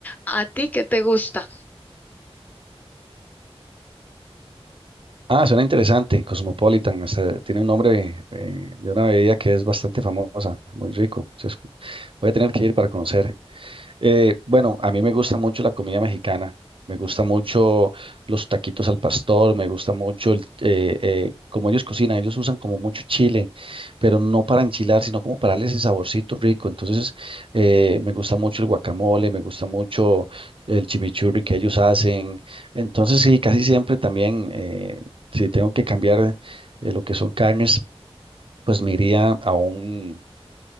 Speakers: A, on the left (about 15°); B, on the right (about 55°).
A: ¿A ti qué te gusta?
B: Ah, suena interesante, Cosmopolitan, hasta tiene un nombre eh, de una bebida que es bastante famosa, muy rico. Se escu- Voy a tener que ir para conocer. Eh, bueno, a mí me gusta mucho la comida mexicana, me gusta mucho los taquitos al pastor, me gusta mucho el, eh, eh, como ellos cocinan, ellos usan como mucho chile, pero no para enchilar, sino como para darle ese saborcito rico. Entonces, eh, me gusta mucho el guacamole, me gusta mucho el chimichurri que ellos hacen. Entonces, sí, casi siempre también, eh, si tengo que cambiar eh, lo que son carnes, pues me iría a un